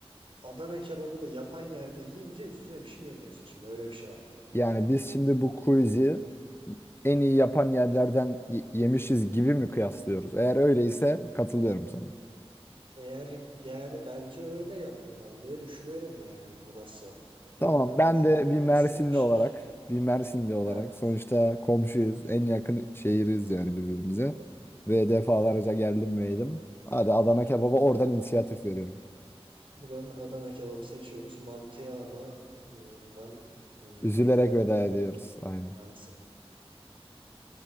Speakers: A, on the right; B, on the left.
A: Adana kebabı da yapan yerde yiyince üstüne bir şey yemiyorsun. Şimdi öyle bir şey var burada.
B: Yani biz şimdi bu quiz'i en iyi yapan yerlerden y- yemişiz gibi mi kıyaslıyoruz? Eğer öyleyse katılıyorum sana.
A: Eğer yani bence öyle yapılmalı diye düşünüyorum yani burası. Adana
B: Tamam,
A: kebap
B: ben
A: çünkü
B: de bir
A: ekstra
B: Mersinli
A: bir şey.
B: olarak, bir Mersinli olarak
A: Heh.
B: sonuçta komşuyuz, en yakın şehiriz yani birbirimize ve defalarca
A: Hı hı.
B: geldim ve yedim. Hadi Adana kebaba oradan inisiyatif veriyorum.
A: Buradan Adana kebabı seçiyoruz. Mantıya ama e, buradan e, üzülerek
B: Üzülerek veda
A: yolluyoruz
B: ediyoruz. Aynen.
A: maalesef.